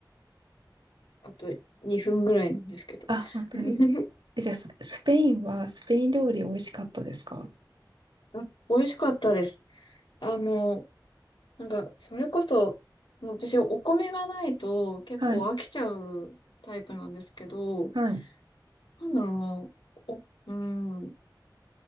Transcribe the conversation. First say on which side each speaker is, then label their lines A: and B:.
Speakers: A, on the left; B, on the right.
A: あと2分ぐらいなんですけど。
B: あ、本当に。
A: <laughs>
B: え、じゃあ、ススペインは、スペイン料理美味しかったですか
A: あ美味しかったです。あの、なんか、それこそ、もう私、お米がないと結構飽きちゃうタイプなんですけど、
B: はい。はい。
A: なんだろうな、お、うーん、